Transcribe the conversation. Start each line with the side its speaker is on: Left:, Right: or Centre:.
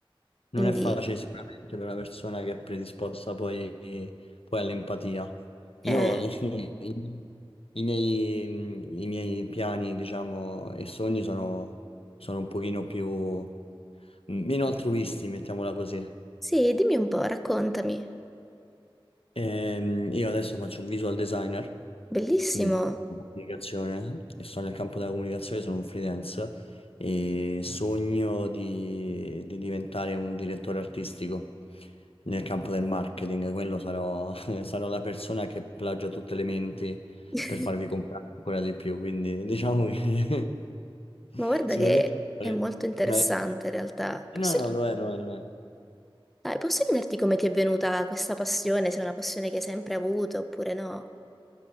Centre: Quindi,
Left: Non è facile sicuramente per una persona che è predisposta poi, poi all'empatia. Io
Centre: eh,
Left: <laughs> i, i miei, mm, i miei piani, diciamo, e sogni sono, sono un pochino più mm, meno altruisti, mettiamola così.
Centre: sì, dimmi un po', raccontami.
Left: Ehm, io adesso faccio il visual designer,
Centre: Bellissimo.
Left: quindi faccio comunicazione, e sono nel campo della comunicazione, sono un freelance e sogno di, di diventare un direttore artistico nel campo del marketing. Quello sarò, <laughs> sarò la persona che plagia tutte le menti
Centre: <laughs>
Left: per farvi comprare ancora di più, quindi diciamo che <laughs>
Centre: Ma guarda
Left: sicuramente
Centre: che è molto interessante
Left: una...
Centre: in realtà. Posso
Left: No, no, lo è, lo è, lo è.
Centre: Dai, posso chiederti come ti è venuta questa passione, se è una passione che hai sempre avuto oppure no?